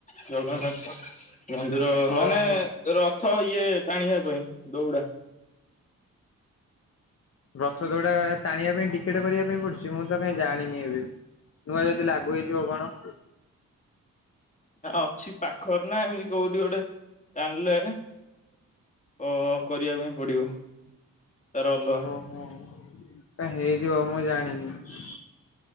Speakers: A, on the left; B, on the left.
A: ଜଗନ୍ନାଥ ମନ୍ଦିର
B: ଓହୋ।
A: ମାନେ ରଥ ଇଏ ଟାଣିବା ପାଇଁ ଦଉଡ଼ା। <inaudible>
B: ରଥ ଦଉଡା ଟାଣିବା ପାଇଁ ଟିକେଟ କରିବା ପାଇଁ ପଡୁଛି, ମୁଁ ତ କାଇହିଁ ଜାଣିନି ଏବେ? ନୂଆ ଯଦି ଲାଗୁ ହେଇଥିବ କଣ?
A: ନା ଅଛି ପାଖରେ ନା ଏମିତି କୋଉଠି ଗୋଟେ ଜାଣିଲେ କ କରିବା ପାଇଁ ପଡ଼ିବ? ତାର ଅଲଗା।
B: ହ କାଇଁ ହେଇଜିବ ମୁଁ ଜାଣିନି।